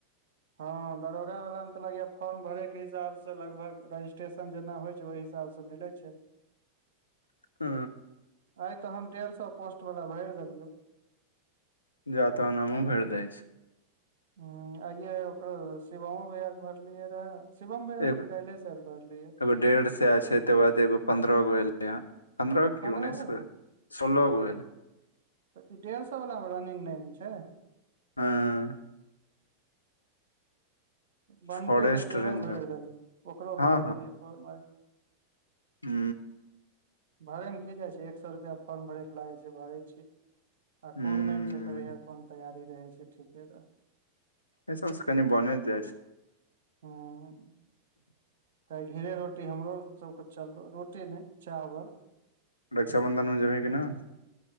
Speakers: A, on the right; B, on the left.
A: हँ दरोगा वाला मे तऽ लगय फॉर्म भरे के हिसाब से लगभग रजिस्ट्रेशन जेना होइ छै ओहि हिसाब सँ मिलै छै
B: ह
A: आइ तऽ हम डेढ़ शो पोस्ट बला भरि देलियौ
B: जा तहन हामु भैर दै छैय
A: ह आइे ओकरो शिवमो भैयाक भरलियै रहे शिवम भैया
B: एगो
A: के काल्हि सायद भरलियै
B: एगो डेढ़ से आ छै त बाद एगो पंन्द्रह गो एलै ह पंन्द्रह की
A: पन्द्रहो
B: उन्नैस गो सोल्ह गो एल
A: तऽ ई डेढ़ सए वला मे रनिंग नै न छै
B: हँ।
A: बन्टी
B: फॉरेस्ट
A: के सेहो
B: रेंजर
A: भरि देलियै ओकरो
B: हँ
A: भरि देलियै भोर म आई
B: हु
A: भरे मे की जाइ छै एक सए रुपआ फोर्म भरे के लागे छै भरै छीियै आ
B: हूँ
A: कोन मानन छै कहिया कोन तैयारी रहै छै ठीके लऽ
B: ए सब से कनि बन जाइ छै
A: हम्म तऽ घिरा रोटी हमरो सबके चललौ रोटी नय चावल
B: रक्षाबन्धन मे जेबै कि न